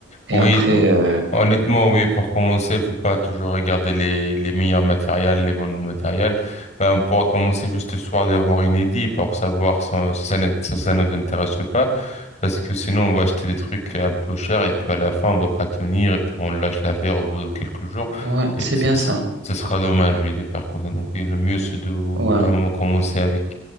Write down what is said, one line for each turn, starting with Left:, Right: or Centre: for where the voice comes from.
Right: Et
Left: Oui,
Right: après,
Left: euh,
Right: euh,
Left: honnêtement, oui, pour commencer, il faut pas toujours regarder les, les meilleurs matériels, les bons matériels. Ben, on pourra commencer juste ce soir d'avoir une idée pour savoir si on- si ça, ne- si ça nous intéresse ou pas. Parce que sinon, on va acheter des trucs un peu chers et puis à la fin, on va pas tenir et puis on lâche l'affaire au bout de quelques jours.
Right: ouais,
Left: Et
Right: c'est
Left: ce
Right: bien
Left: ce-
Right: ça.
Left: ce sera dommage, oui, de faire comme ça. Donc, oui, le mieux, c'est de vraiment
Right: Ouais.
Left: commencer avec,